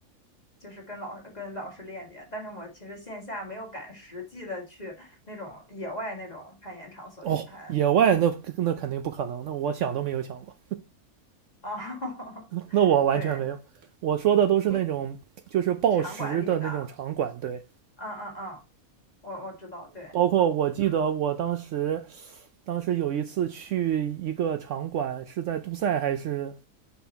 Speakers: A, on the left; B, on the right.
A: 就是跟老跟老师练练，但是我其实线下没有敢实际的去那种野外那种攀岩场所去攀
B: 哦，野外那那肯定不可能，那我想都没有想过，
A: 啊。<laughs>
B: 那我完全没有。
A: 对，
B: 我说的都是那种就是报时的那种场馆，
A: 你场馆里的，
B: 对，
A: 嗯嗯嗯，我我知道，对，
B: 包括我记得我当时
A: 嗯
B: 当时有一次去一个场馆，是在杜塞还是